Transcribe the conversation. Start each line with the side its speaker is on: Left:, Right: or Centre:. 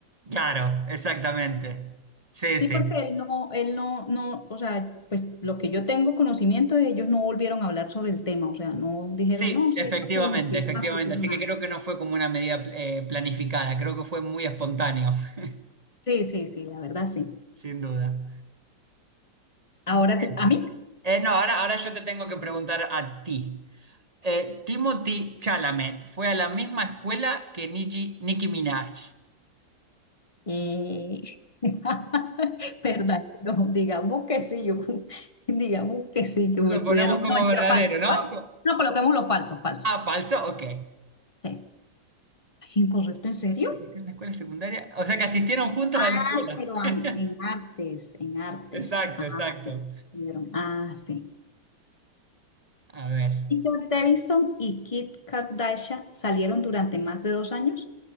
Right: Claro, exactamente. Sí,
Left: Sí,
Right: sí.
Left: porque él no, él no, no, o sea, pues lo que yo tengo conocimiento de ellos no volvieron a hablar sobre el tema, o sea, no dijeron,
Right: Sí,
Left: no, sí,
Right: efectivamente,
Left: es publicidad,
Right: efectivamente.
Left: futuro,
Right: Así
Left: nada.
Right: que creo que no fue como una medida eh, planificada, creo que fue muy espontáneo, <laughs>
Left: Sí, sí, sí, la verdad sí.
Right: sin duda. Muy
Left: Ahora
Right: bien.
Left: te- a mí,
Right: Eh, no, ahora, ahora yo te tengo que preguntar a ti. Eh, Timothy Chalamet fue a la misma escuela que Nicki, Nicki Minaj.
Left: eh, <laughs> verdadero, digamos que sí, yo, <laughs> digamos que sí, que me
Right: Lo
Left: estudiaron,
Right: ponemos como
Left: no, mentira,
Right: verdadero,
Left: falso,
Right: ¿no?
Left: falso.
Right: Co-
Left: No, coloquemos lo falso, falso.
Right: Ah, falso, ok.
Left: Sí. Ay, ¿Incorrecto, en serio?
Right: ¿Asistieron a la escuela secundaria? O sea que asistieron juntas
Left: Ah,
Right: a la escuela.
Left: pero an-
Right: <laughs>
Left: en artes, en artes,
Right: Exacto,
Left: artes.
Right: exacto.
Left: salieron. Ah, sí.
Right: A ver.
Left: Peter Davison y Kit Kardashian salieron durante más de dos años.